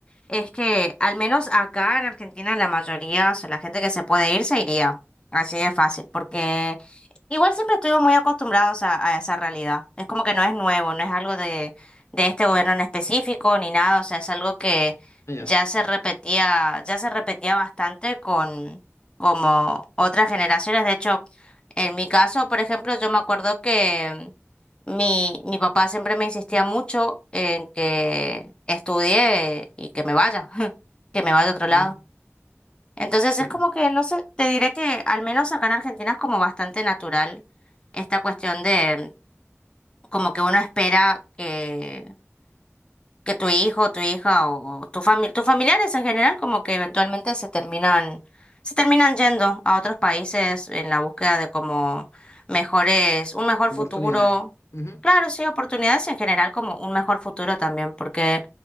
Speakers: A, on the left (about 20°); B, on the left (about 70°).
A: es que al menos acá en Argentina la mayoría, o sea, la gente que se puede ir se iría. Así de fácil, porque igual siempre estuvimos muy acostumbrados a, a esa realidad. Es como que no es nuevo, no es algo de, de este gobierno en específico ni nada, o sea, es algo que
B: Ah, ya.
A: ya se repetía, ya se repetía bastante con como otras generaciones. De hecho, en mi caso, por ejemplo, yo me acuerdo que mi, mi papá siempre me insistía mucho en que estudie y que me vaya, <laughs> que me vaya a otro lado.
B: Mm,
A: Entonces
B: sí,
A: es
B: po.
A: como que, no sé, te diré que al menos acá en Argentina es como bastante natural esta cuestión de como que uno espera que que tu hijo, tu hija o, o tu fami- tus familiares en general como que eventualmente se terminan, se terminan yendo a otros países en la búsqueda de como mejores, un mejor
B: Oportunidades.
A: futuro.
B: Ujú,
A: Claro, sí, oportunidades en general como un mejor futuro también, porque